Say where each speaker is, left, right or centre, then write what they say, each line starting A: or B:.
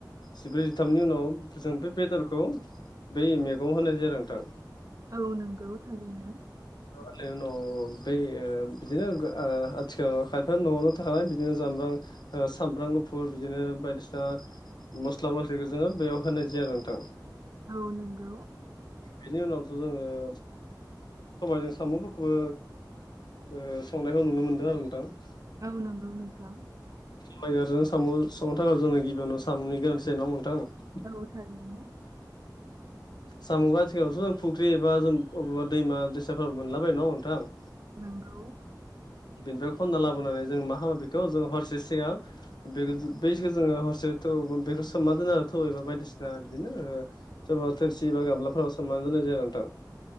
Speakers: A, on the left; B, on the right.
A: जिब्रै जिथामनि उनाव जों बे बेदरखौ बै मेगं होनाय जाया नोंथां
B: औ नंगौ थारैनो
A: बेनि उनाव बै बिदिनो आथिखालाव खायफा न'आवनो थाखाबाय बिदिनो जाम्ब्राम ओ सामब्राम गुफुर बिदिनो बायदिसिना मस्ला मस्लिखौ जोङो बेयाव होनाय जाया आरो नोंथां
B: औ नंगौ
A: बेनि उनावसो जोङो सबाइजों साम'फोरखौबो ओ संनायखौ नुनो मोनदों आरो नोंथां
B: औ नंगौ नोंथां
A: टाइगारजों साम' संनो थाखाय जोंनो गिबियावनो साम'नि गोनांथि जायो नङा होमबा नोंथां
B: औ थारैनो
A: साम'खौ आथिखालावथ' जों फुख्रि एबा जों बबेबा दैमा दैसाफोराव मोनलाबायो नङा होमबा नोंथां
B: नोंगौ
A: बिनिफ्राय खनना लाबोनानै जों मा खालामो बेखौ जों हरसे सिगां बे बैखौ जोङो हरसे थौ बेखौ सोमना दोनो आरो थौ एबा बायदिसिना बिदिनो सोरबा थोरसि एबा गामलाफोराव सोमनानै दोननाय जायो नोंथां